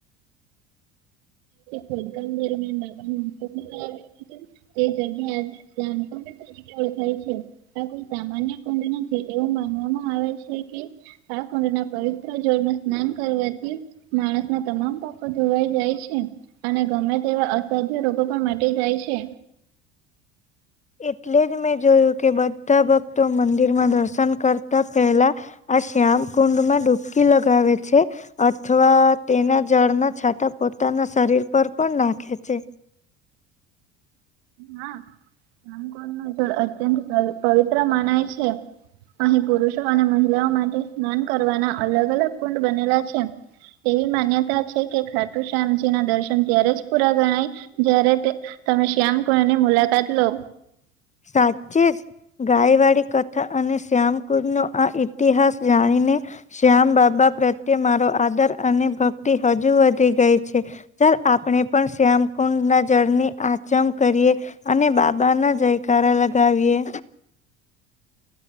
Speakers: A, on the right; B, on the left.
A: ખોદકામ દરમિયાન બાાબા આવે તે જગ્યામ ઓળખાય છે, આ કોઈ સામાન્ય કુંડ નથી એવું માનવામાં આવે છે કે આ કુંડના પવિત્ર જોળ ને સ્નાન કરવાથી. માણસ ના તમામ પાકો જોવાઈ જાય છે. અને ગમે તેવા અસાધ્ય રોગો પણ મટી જાય છે.
B: એટલે જ મેં જોયું કે બધા ભક્તો મંદિરમાં દર્શન કરતા પહેલા. આ શ્યામ કુંડમાં ડુબકી લગાવે છે. અથવા તેના જળના છાટા પોતાના શરીર પર પણ નાખે છે.
A: હા રામકોળ ન જળ અત્યંત પવિત્ર મનાય છે. અહીં પુરુષો અને મહિલાઓ માટે સ્નાન કરવાના અલગ અલગ કુંડ બનેલા છે. તેવી માન્યતા છે કે ખાટુ શ્યામજી ના દર્શન ત્યારે જ પૂરા ગણાય જ્યારે તમે શ્યામ કુંડની મુલાકાત લો.
B: સાચચી જ. ગાય વાળી કથા અને શ્યામકુદ નો આ ઇતિહાસ જાણીને. શ્યામ બાબા પ્રત્યે મારો આદર અને ભક્તિ હજુ વધી ગઈ છે. ચાલ આપણે પણ શ્યામકુંડ ના જળની આચમ કરીએ, અને બાબાના જયકારા લગાવીએ.